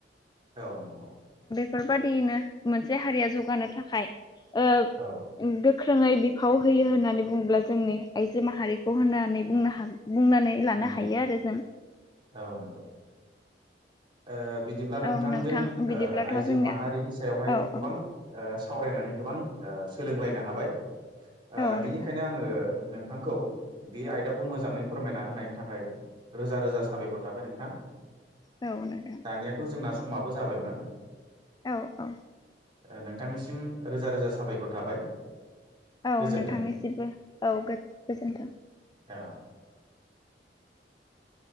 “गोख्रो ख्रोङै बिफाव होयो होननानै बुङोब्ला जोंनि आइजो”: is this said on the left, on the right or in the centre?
Left